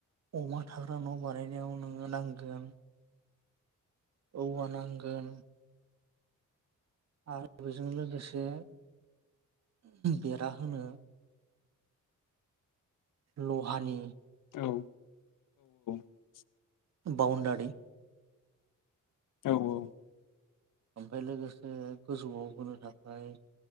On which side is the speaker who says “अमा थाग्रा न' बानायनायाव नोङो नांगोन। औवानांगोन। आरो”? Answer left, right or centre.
Right